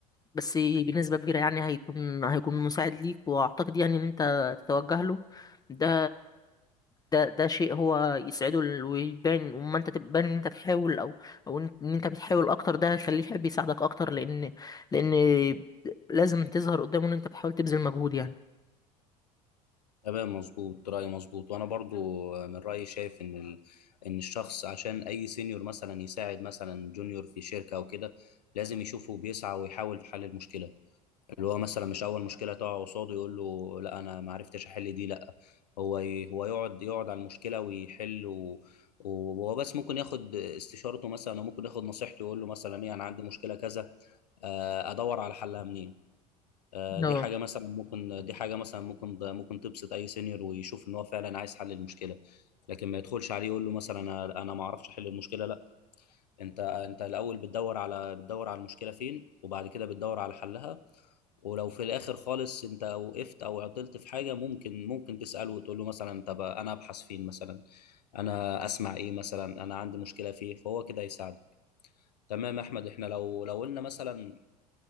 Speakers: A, on the left; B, on the left.
A: بس بنسبة كبيرة يعني هيكون هيكون مساعد ليك وأعتقد يعني إن أنت تتوجه له ده ده ده شيء هو يسعده ال- ويبان وما أنت تبان إن أنت بتحاول أو أو إن إن أنت بتحاول أكتر ده هيخليه يحب يساعدك أكتر لأن لأن لازم تظهر قدامه إن أنت بتحاول تبذل مجهود يعني
B: تمام مظبوط رايي مظبوط وانا برضو آه، من رايي شايف ان ال... ان الشخص عشان اي سينيور مثلا يساعد مثلا جونيور في شركه او كده لازم يشوفه بيسعى ويحاول في حل المشكله اللي هو مثلا مش اول مشكله تقع قصاده يقول له لا انا ما عرفتش احل دي لا هو ي- هو يقعد يقعد على المشكله ويحل و... وهو بس ممكن ياخد استشارته مثلا او ممكن ياخد نصيحته يقول له مثلا ايه انا عندي مشكله كذا آه، ادور على حلها منين آه،
A: ده
B: دي حاجه مثلا ممكن دي حاجه مثلا ممكن ممكن تبسط اي سينيور ويشوف ان هو فعلا عايز حل المشكله لكن ما يدخلش عليه يقول له مثلا انا أنا ما اعرفش احل المشكله لا انت انت الاول بتدور على بتدور على المشكله فين وبعد كده بتدور على حلها ولو في الاخر خالص انت وقفت او عطلت في حاجه ممكن ممكن تساله وتقول له مثلا طب انا ابحث فين مثلا انا اسمع ايه مثلا انا عندي مشكله فيه فهو كده يساعدك تمام يا احمد احنا لو لو قلنا مثلا